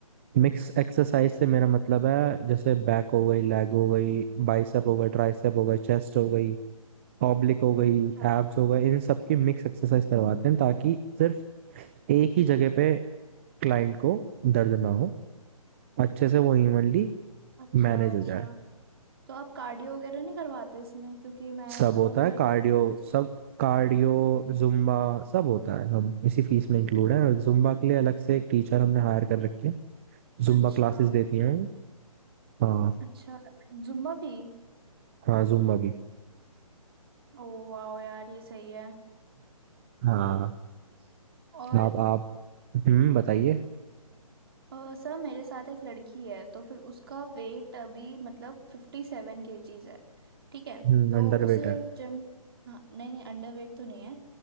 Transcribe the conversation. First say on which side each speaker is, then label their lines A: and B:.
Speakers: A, on the right (about 20°); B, on the right (about 40°).
A: मिक्स एक्सरसाइज से मेरा मतलब है जैसे बैक हो गई लेग हो गई बाइसेप हो गई ट्राइसेप हो गई चेस्ट हो गई ऑब्लिक हो गई
B: अच्छा
A: एब्स हो गए इन सब की मिक्स एक्सरसाइज करवाते हैं ताकि सिर्फ एक ही जगह पे क्लाइंट को दर्द ना हो अच्छे से वो इवनली
B: अच्छा
A: मैनेज
B: अच्छा
A: हो जाए
B: तो आप कार्डियो वगैरह नहीं करवाते इसमें क्योंकि मैं
A: सब होता
B: अगर
A: है
B: घर
A: कार्डियो
B: पे मैंने कुछ
A: सब कार्डियो जुम्बा सब होता है हम इसी फीस में इंक्लूड है और जुम्बा के लिए अलग से एक टीचर हमने हायर कर रखे हैं जुम्बा
B: अच्छा
A: क्लासेस देती हैं हाँ
B: अच्छा जुम्बा भी
A: हाँ जुम्बा भी
B: ओ वाह यार ये सही है
A: हाँ
B: और
A: आप आप हम्म बताइए
B: अ, सर मेरे साथ एक लड़की है तो फिर उसका वेट अभी मतलब फिफ्टी सेवन केजीज है ठीक है
A: हम्म
B: तो
A: अंडरवेट
B: उसे
A: है
B: जिम हाँ नहीं नहीं अंडर वेट तो नहीं है